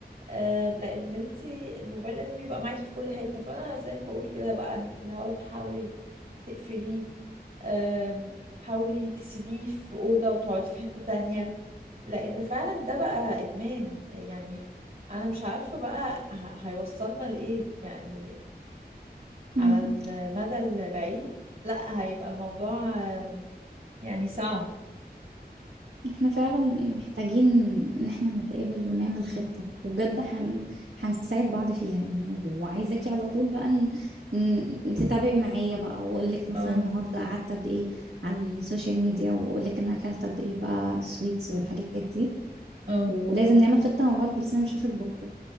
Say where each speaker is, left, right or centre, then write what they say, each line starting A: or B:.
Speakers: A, on the right; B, on the right.
A: آه، لان انت الموبايل لازم يبقى معاكي في كل حته فانا زي ما بقول كده بقى اللي هو تحاولي تقفليه آم، تحاولي تسيبيه في اوضه وتقعدي في حته تانية لان فعلا ده بقى ادمان يعني انا مش عارفه بقى ه- هيوصلنا لايه يعني على
B: مم،
A: المدى البعيد لا هيبقى الموضوع آه، يعني صعب
B: احنا فعلا محتاجين ان احنا نتقابل ونعمل خطة وبجد هن... هنساعد بعض فيها يعني وعايزاكي على طول بقى ن... ن- تتابعي معايا بقى واقول لك مثلا
A: اه
B: النهارده قعدت قد ايه على السوشيال ميديا واقول لك انا اكلت قد ايه بقى سويتس والحاجات دي
A: اه
B: ولازم نعمل خطة مع بعض لازم اشوفك بكرة